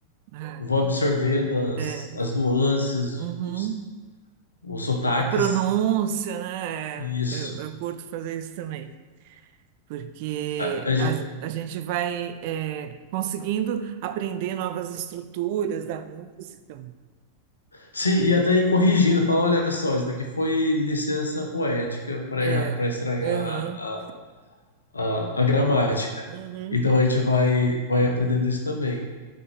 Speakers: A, on the right; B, on the left.
A: ah,
B: vou absorvendo as,
A: é,
B: as nuances,
A: uhum.
B: os, os sotaques,
A: A pronúncia, né?
B: e
A: é,
B: isso.
A: Eu, eu curto fazer isso também, porque
B: A, a gente,
A: a, a gente vai é, conseguindo aprender novas estruturas da música.
B: sim, e até ir corrigindo, falar, olha só, isso daqui foi licença poética para
A: É,
B: para estragar
A: aham,
B: a, a, a gramática.
A: uhum,
B: Então a gente vai, vai aprendendo isso também.